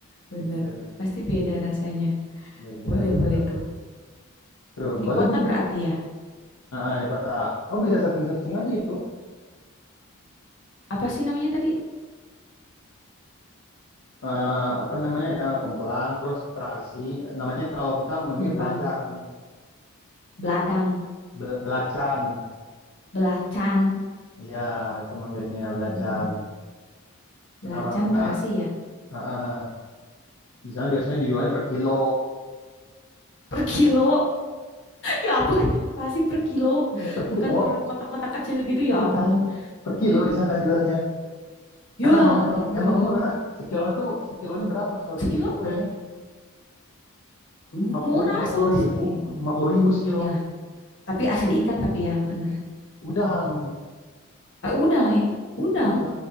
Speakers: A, on the left; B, on the left.
A: Bener,
B: gitu
A: pasti beda rasanya.
B: beda
A: Boleh,
B: betul
A: boleh tuh.
B: tuh
A: Di
B: boleh
A: kota
B: tuh
A: berarti ya.
B: ah, di kota oh bisa searching searching aja itu
A: Apa sih namanya tadi?
B: eh, apa namanya eh, kemplang terus terasi namanya kalau kita manggilnya
A: Empang,
B: belacan
A: beladang,
B: Be- belacan
A: belacan.
B: ya itu manggilnya belacan
A: Mm-mm.
B: karena
A: Belacan
B: orang sana
A: terasi ya.
B: eh, eh, di sana biasanya dijualnya per kilo
A: Per kilo. Ya ampun, <laughs> pasti per kilo,
B: iya per kilo
A: bukan per kotak-kotak kecil gitu. Ya
B: bukan
A: ampun.
B: per
A: Hmm.
B: kilo di sana jualnya
A: Ya,
B: karena emang emang
A: ya,
B: emang
A: ampun.
B: murah sekilonya tuh sekilonya berapa seratus
A: sekilo
B: ribu kayaknya
A: mu-
B: lima puluh
A: murah
B: lima puluh
A: 100.
B: ribu
A: Oh, ya, ampun.
B: lima puluh ribu sekilo
A: ya, tapi asli ikan tapi ya bener.
B: udang
A: Eh, udang eh, udang.
B: iya